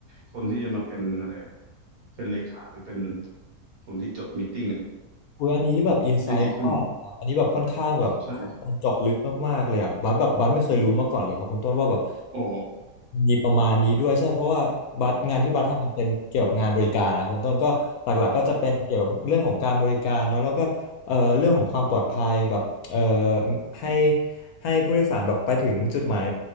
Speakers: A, on the right; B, on the left.
A: คนที่จะมาเป็นอะไรอะเป็นเลขาหรือเป็นคนที่จดมีตติ้งอ่ะ
B: อุ้ยอันนี้แบบอินไซต์มากๆเลยครับอันนี้แบบค่อนข้างแบบข้อมูลเจาะลึกมากๆเลยอ่ะบัสแบบบัสไม่เคยรู้มาก่อนเลยครับคุณต้นว่าแบบ
A: ได้ดีขึ้นใช่อ๋อ
B: มีประมาณนี้ด้วยใช่เพราะว่าบัตรงานที่บัตทำมันเป็นเกี่ยวกับงานบริการนะคุณต้นก็หลักๆก็จะเป็นเกี่ยวกับเรื่องของการบริการเนาะแล้วก็เอ่อเรื่องของความปลอดภัยแบบเอ่อ
A: ครับ
B: ให้ให้ผู้โดยสารแบบไปถึงจุดหมาย